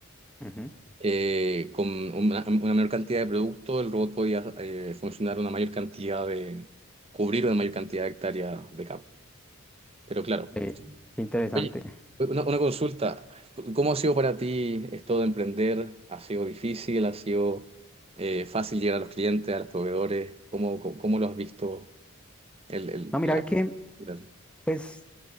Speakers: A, in the centre; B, on the right.
A: ujú.
B: eh, con una, una menor cantidad de productos, el robot podía eh, funcionar una mayor cantidad de, cubrir una mayor cantidad de hectáreas de campo. Pero claro,
A: Ve, qué interesante.
B: Oye, una, una consulta, ¿cómo ha sido para ti esto de emprender? ¿Ha sido difícil? ¿Ha sido eh, fácil llegar a los clientes, a los proveedores? ¿Cómo, cómo, cómo lo has visto? El, el-
A: No, mira
B: la-
A: que,
B: la-
A: pues,